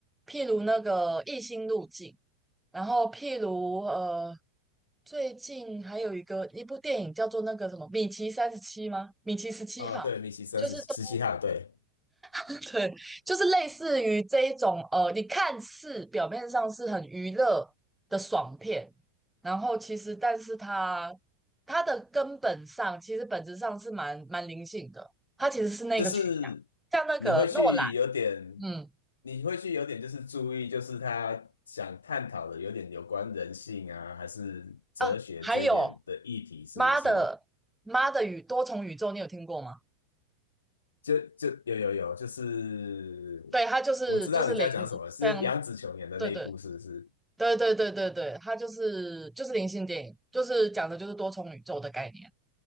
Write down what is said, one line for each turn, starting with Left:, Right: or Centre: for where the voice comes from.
Centre: 譬如那个异星路径，然后譬如呃最近还有一个一部电影叫做那个什么米奇三十七吗？米奇十七号，
Left: 哦，对，米奇三十十七号，
Centre: 就是都
Left: 对，
Centre: <laughs> 对，就是类似于这一种呃，你看似表面上是很娱乐的爽片，然后其实但是它它的根本上其实本质上是蛮蛮灵性的，它其实是那个取向，
Left: 就是
Centre: 像那个诺兰，
Left: 你会去有点，
Centre: 嗯
Left: 你会去有点就是注意，就是他想探讨的有点有关人性啊，还是哲学这一点的议题，
Centre: 啊，还有
Left: 是不是？
Centre: 妈的妈的宇多重宇宙，你有听过吗？
Left: 就就有有有，就是
Centre: 对，它就是就是灵
Left: 我知道你在讲什么，是杨紫琼演的那一部，
Centre: 非常对对
Left: 是不是？
Centre: 对对对对对，它就是就是灵性电影，就是讲的就是多重宇宙的概念。